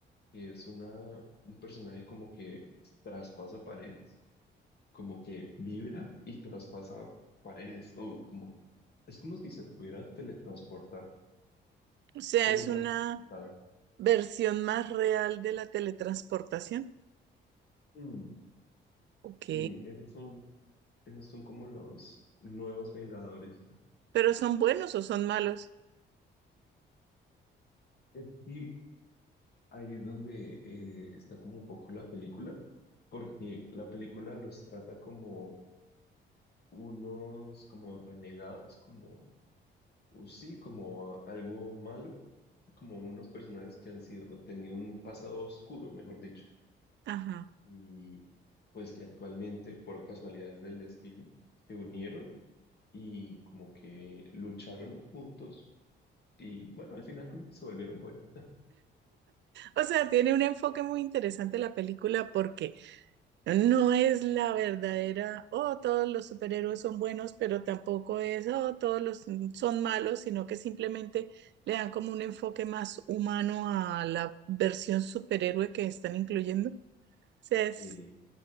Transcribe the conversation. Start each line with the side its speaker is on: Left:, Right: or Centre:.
Left: que es una, un personaje como que traspasa paredes, como que vibra y traspasa paredes, o como Es como si se pudiera teletransportar
Right: O sea,
Left: con
Right: es
Left: un
Right: una
Left: resultado.
Right: versión más real de la teletransportación.
Left: Mm,
Right: Ok.
Left: Y esos son, esos son como los nuevos Vengadores.
Right: Pero ¿son buenos o son malos?
Left: Es que ahí es donde eh, está como un poco la película, porque la película los trata como unos como renegados, como uh, sí, como algo malo, como unos personajes que han sido, o tenido un pasado oscuro, mejor dicho,
Right: Ajá.
Left: y pues que actualmente, por casualidades del destino, se unieron y como que lucharon juntos y bueno, al final como que se volvieron buenos.
Right: O sea, tiene un enfoque muy interesante la película porque No es la verdadera, oh, todos los superhéroes son buenos, pero tampoco es, oh, todos los son malos, sino que simplemente le dan como un enfoque más humano a la versión superhéroe que están incluyendo. O sea, es,
Left: Sí,